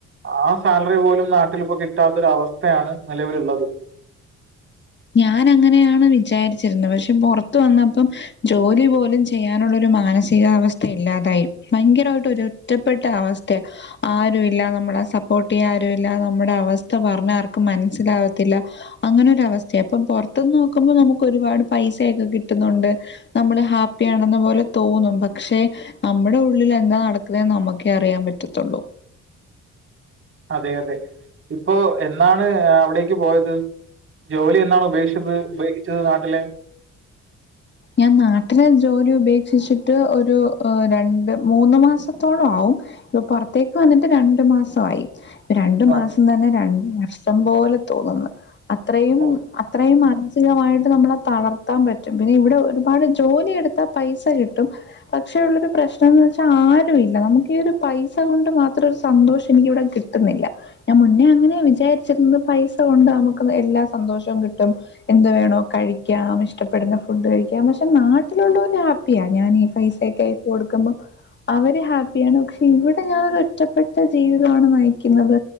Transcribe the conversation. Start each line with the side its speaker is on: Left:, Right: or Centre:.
Right: ആഹ് സാലറി പോലും. നാട്ടിലിപ്പോ കിട്ടാത്തൊരു അവസ്ഥയാണ് നിലവിലുള്ളത്.
Left: ഞാൻ അങ്ങനെയാണ് വിചാരിച്ചിരുന്നത് പക്ഷെ പുറത്ത വന്നപ്പം ജോലിപോലും ചെയ്യാനുള്ളൊരു മാനസികാവസ്ഥ ഇല്ലാതായി ഭയങ്കരായിട്ട് ഒരു ഒറ്റപ്പെട്ട അവസ്ഥയാ ആരുല്ല നമ്മളെ സപ്പോർട്ടയ്യാൻ ആരു ഇല്ല നമ്മുടെ അവസ്ഥ പറഞ്ഞ ആർക്കും മൻസ്സിലാവത്തില്ല. അങ്ങനെ ഒരു അവസ്ഥയാ അപ്പൊ പൊറത്തന്ന് നോക്കുമ്പോ നമുക്ക് ഒരുപാട് പൈസയൊക്കെ കിട്ടുന്നുണ്ട്. നമ്മള് ഹാപ്പിയണെന്ന പോലെ തോന്നും. പക്ഷെ നമ്മുടെ ഉള്ളിൽ എന്താ നടക്കുന്നേ നമുക്കേ അറിയാൻ പറ്റത്തുള്ളൂ.
Right: അതെയതെ ഇപ്പോ എന്നാണ് അവിടേക്ക് പോയത്. ജോലി എന്നാണ് ഉപേക്ഷിത് ഉപേക്ഷിച്ചത് നാട്ടിലെ.
Left: ഞാൻ നാട്ടിലെ ജോലി ഉപേക്ഷിച്ചിട്ട് ഒരു രണ്ട് മൂന്ന് മാസത്തോളം ആവും. ഇപ്പൊ പൊറത്തേക്ക് വന്നിട്ട് രണ്ടുമാസവായി. രണ്ടുമാസതന്നെ
Right: ഓ
Left: രണ്ടുവർഷം പോലെ തോന്ന്ന്ന്. അത്രയും
Right: ഓ
Left: അത്രയും മാനസികമായിട്ട് നമ്മളെ തളർത്താൻ പറ്റും. ഇവിടെ ഒരുപാട് ജോലിയെടുത്താ പൈസ കിട്ടും. പക്ഷേ ഉള്ളൊരു പ്രശ്നം എന്ന് വെച്ചാൽ ആരുല്ല നമുക്ക് ഈ ഒരു പൈസ കൊണ്ട് മാത്രം ഒരു സന്തോഷം എനിക്കിവിടെ കിട്ടു കിട്ടുന്നില്ല ഞാൻ മുന്നേ അങ്ങനെ വിചാരിച്ചിരുന്നത് പൈസ കൊണ്ട് നമുക്ക് എല്ലാ സന്തോഷവും കിട്ടും. എന്തവേണോ കഴിക്കാം ഇഷ്ടപ്പെടുന്ന ഫു ഫുഡ്കഴിക്കാം പക്ഷെ നാട്ടിലുള്ളവര് ഹാപ്പിയാ ഞാൻ ഈ പൈസൊക്കയച്ച്കൊടുക്കുമ്പം. അവര് ഹാപ്പിയാണ് ക്ഷെ ഇവിടെ ഞാനൊരു ഒറ്റപ്പെട്ട ജീവിതമാണ് നയിക്കുന്നത്.